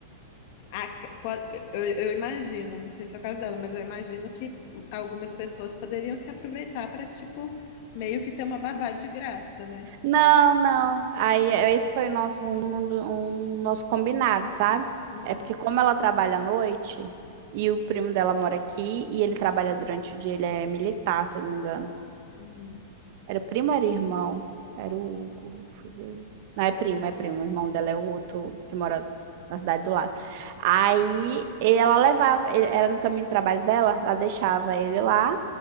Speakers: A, on the left; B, on the right.
A: a, pode- eu, eu imagino, não sei se é o caso dela, mas eu imagino que algumas pessoas poderiam se aproveitar para tipo, meio que ter uma babá de graça, né?
B: Não, não. Aí eh, esse foi o nosso um, um do- um nosso combinado, sabe?
A: Uhum,
B: É porque como ela trabalha à noite e o primo dela mora aqui e ele trabalha durante o dia, ele é militar, se eu não me engano.
A: uhum.
B: Era primo, ou era irmão, era o Hugo, deixa eu ver. Não é primo, é primo. O irmão dela é o outro que mora na cidade do lado. Aí ela levava, ele- era no caminho de trabalho dela, ela deixava ele lá